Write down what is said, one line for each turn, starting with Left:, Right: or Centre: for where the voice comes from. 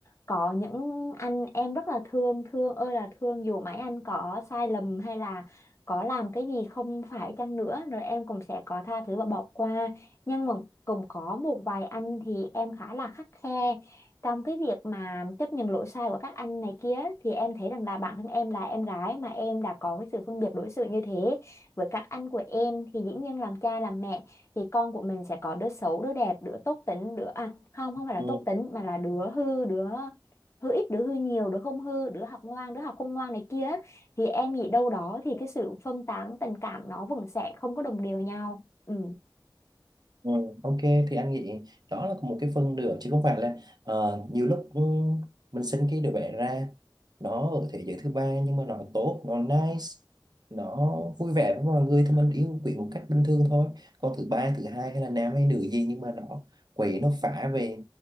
Left: Có những anh em rất là thương, thương ơi là thương dù mấy anh có sai lầm hay là có làm cái gì không phải chăng nữa rồi em cũng sẽ có tha thứ và bỏ qua. Nhưng mà cũng có một vài anh thì em khá là khắt khe trong cái việc mà chấp nhận lỗi sai của các anh này kia thì em thấy rằng là bản thân em là em gái mà em đã có cái sự phân biệt đối xử như thế với các anh của em thì dĩ nhiên làm cha làm mẹ thì con của mình sẽ có đứa xấu đứa đẹp đứa tốt tính đứa à không không phải là
Right: Ừ.
Left: tốt tính mà là đứa hư đứa hư ít đứa hư nhiều đứa không hư đứa học ngoan đứa học không ngoan này kia thì em nghĩ đâu đó thì cái sự phân tán tình cảm nó vẫn sẽ không có đồng đều nhau ừ
Right: Ừ, ok thì anh nghĩ đó là một cái phần nữa chứ không phải là ờ, nhiều lúc ừ, mình sinh cái đứa bé ra nó ở thế giới thứ ba nhưng mà nó tốt nó nice nó vui vẻ với mọi người thì mình yêu quý một cách bình thường thôi còn thứ ba thứ hai hay là nam hay nữ gì nhưng mà nó quậy nó phá về